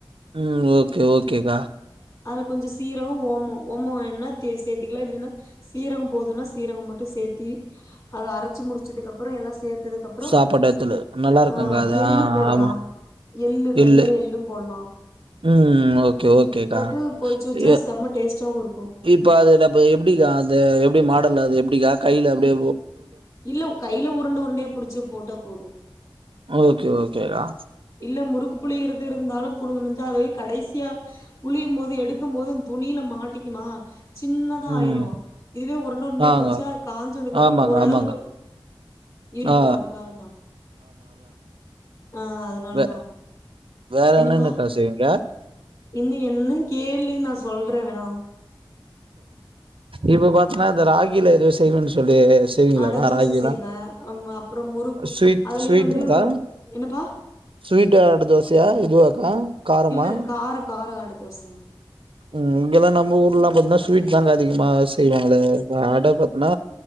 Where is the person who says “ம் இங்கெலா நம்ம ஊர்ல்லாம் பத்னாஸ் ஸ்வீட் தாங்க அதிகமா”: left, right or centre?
Right